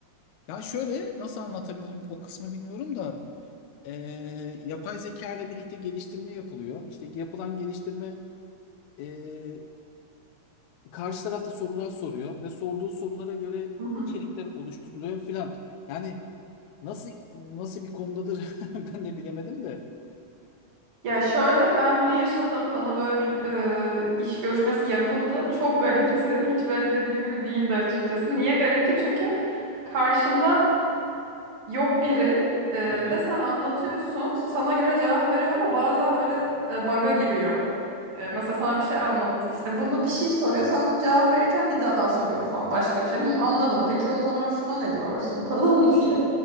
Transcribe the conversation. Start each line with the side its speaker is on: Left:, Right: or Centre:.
Left: Ya şöyle nasıl anlatabilirim o kısmı bilmiyorum da e, yapay zeka ile birlikte geliştirme yapılıyor. İşte yapılan geliştirme Ee, karşı tarafta sorular soruyor ve sorduğu sorulara göre
Right: <laughs> Hı hı.
Left: içerikler oluşturuluyor filan. Yani nasıl nasıl bir konudadır <laughs> ben de bilemedim de.
Right: Ya şöyle ben bunu yaşadım. Bana böyle bir e, iş görüşmesi yapıldı. Çok garipti. Hiç beklediğim gibi değildi açıkçası. Niye garipti? Çünkü karşında yok biri e,
Left: Evet.
Right: ve sen anlatıyorsun. Sana göre cevap veriyor ama bazen böyle e, bug'a giriyor. E, mesela sana bir şey anlat. İşte bunu bir şey soruyor. Sana da cevap verirken bir daha soruyor falan başka bir şey. Hı, anladım. Peki o zaman şuna ne diyorsun <laughs> falan diye.